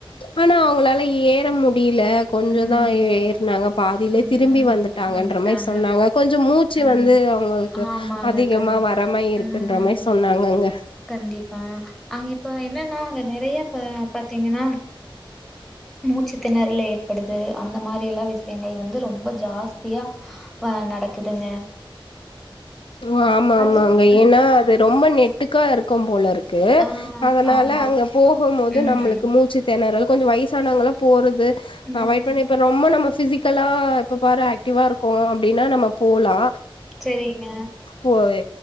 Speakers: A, on the left (about 65°); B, in the centre.
A: ஆனா அவுங்களால ஏற மு டியில கொஞ்சொ
B: ம்
A: தா ஏ ஏற்னாங்க பாதிலே
B: ம்
A: திரும்பி வந்துட்டாங்கன்ற
B: வந்துட்டாங்க
A: மாரி சொன்னாங்க கொஞ்ச மூச்சு
B: ம்
A: வந்து அவுங்களுக்கு
B: ஆமாங்க
A: அதிகமா
B: கண்
A: வரமாய் இருக்குன்ற
B: ம்
A: மாரி சொன்னாங்கங்க
B: கண்டிப்பா. இப்ப என்னன்னா, அ நெறைய ப பாத்தீங்கன்னா மூச்சு தெண றல் ஏற்படுது அந்த மாரி எல்லா விஸ் யங்கள் வந்து ரொம்ப ஜாஸ்தியா வ நடக்குதுங்க
A: ஒ ஆமா ஆமாங்க
B: அதுக்கு அ
A: ஏன்னா அது ரொம்ப நெ ட்டுக்கா இருக்கும் போலருக் கு
B: ஆ
A: அதனால
B: ஆமா.
A: அங்க போகும் மோது
B: ம்.
A: நம்மளுக்கு மூச்சு தெணறல் கொஞ்சொ வயசானவங்கல்லா போறது
B: ம்.
A: அவாய்ட் பண்ண இப்ப ரொம்ப நம்ம ஃபிசிக்கலா இப்ப பாரு ஆக்டிவா இருக்கோம் அப்டின்னா நம்ம போலா
B: செரிங்க
A: போய்